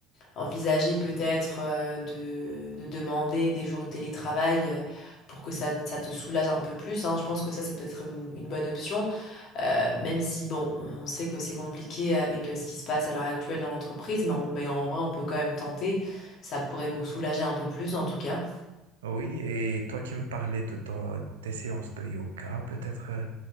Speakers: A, on the left; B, on the right.
A: envisager peut-être euh, de, de demander des jours de télétravail euh, pour que ça, ça te soulage un peu plus, hein. Je pense que ça, c'est peut-être une, une bonne option. Euh, même si, bon, on sait que c'est compliqué avec euh, ce qui se passe à l'heure actuelle dans l'entreprise, mais, on- mais en vrai, on peut quand même tenter. Ça pourrait nous soulager un peu plus, en tout cas.
B: Oui, et toi qui me parlais de ta- tes séances de yoga, peut-être, euh,